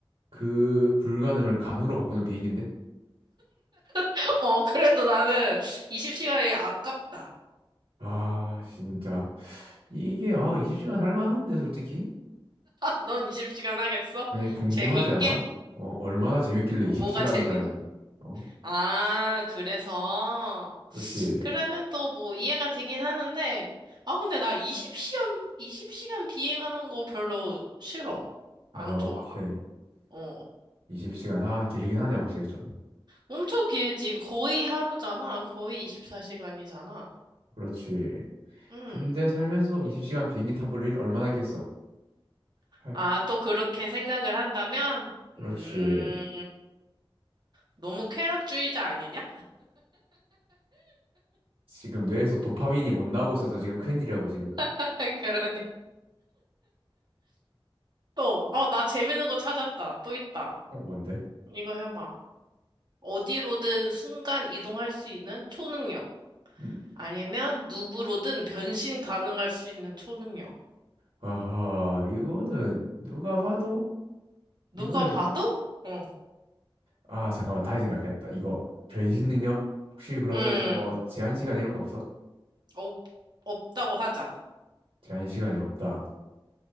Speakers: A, on the right (about 75°); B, on the right (about 50°).
A: 그 불가능을 가능으로 바꾸는 비행기인데?
B: <laughs> 어, 그래도 나는 20시간이 아깝다.
A: 아 진짜 이게 아 20시간 할 만한데 솔직히?
B: 넌 20시간 하겠어?
A: 아니 궁금하지
B: 재미있게?
A: 않아? 어 얼마나 재밌길래
B: 어,
A: 20시간이라는
B: 뭐가 재미,
A: 어
B: 아, 그래서.
A: 그렇지
B: 그러면 또 뭐 이해가 되긴 하는데, 아, 근데 나 20시간, 20시간 비행하는 거 별로 싫어.
A: 아
B: 안
A: 오케이
B: 좋아. 어.
A: 20시간, 아, 길긴 하네, 확실히 좀.
B: 엄청 길지. 거의 하루잖아. 거의 24시간이잖아.
A: 그렇지.
B: 음.
A: 근데 살면서 20시간 비행기 타볼 일 얼마나 있겠어? 할.
B: 아, 또 그렇게 생각을 한다면?
A: 그렇지.
B: 음, 너무 쾌락주의자 아니냐?
A: 지금 뇌에서 도파민이 못 나오고 있어서 지금 큰일이라고, 지금.
B: <laughs> 그러니. 또, 어, 나 재밌는 거 찾았다. 또 있다.
A: 어, 뭔데?
B: 이거 해봐. 어디로든 순간 이동할 수 있는 초능력.
A: 음.
B: 아니면 누구로든 변신 가능할 수 있는 초능력.
A: 아하, 이거는 누가 봐도,
B: 누가
A: 이거는,
B: 봐도? 어.
A: 아, 잠깐만, 다시 생각했다. 이거, 변신 능력? 혹시 그러면,
B: 음,
A: 이거 뭐, 제한 시간 이런 거 없어?
B: 없, 없다고 하자.
A: 제한 시간이 없다.